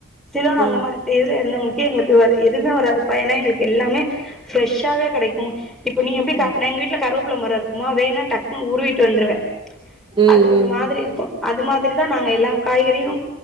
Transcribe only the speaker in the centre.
சிலோன் அந்த
மாரி த்தேல இருந்தவுங்ளுக் க்கு எங்ளுக்கு வேற எதும்மே வராது பயனா எங்ளுக்கு எல்லாமே ஃபிரெஷ்ஷாவே கெடைக்கு இப்ப நீ எப்டி
காட்ன எங்கு வீட்ல கருவப் ப்ள மர இருக்குமா வேணா டக்குனு உருவிட்டு வந்துருவே
அது ஒரு மாதிரி
இருக்கு அது மாதிரிதா நாங்க எல்லா காய்கறியு